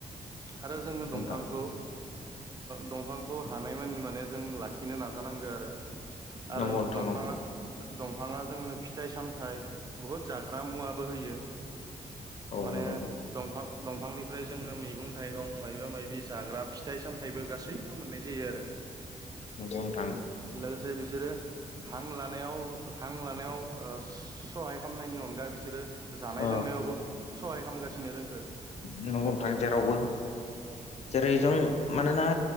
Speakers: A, on the right; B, on the left.
A: आरो जोंनो
B: नोंथां
A: दंफांखौ दंफांखौ हानायमानि माने जों लाखिनो नाजानांगो आरो आरो
B: नंगौ नोंथां
A: दंफाङा
B: नंगौ
A: दंफाङा जोंनो फिथाइ-सामथाइ, बुहुत जाग्रा मुवाबो होयो।
B: औ
A: माने
B: नंगौ
A: दंफां-दंफांनिफ्राय जोंङो मैगं-थाइगं माय बा-मायबि जाग्रा फिथाइ-सामथाइबो गासैबो मोननाय जायो आरो
B: नंगौ नोंथां
A: लोगोसे बिसोरो हां लानायाव-हां लानायाव ओ सहाय खालामनायनि अनगा बिसोरो जानाय
B: ओ
A: लोंनायावबो सहाय खालामगासिनो जोंखौ
B: न बां जेरावबो जेरै जों मानोना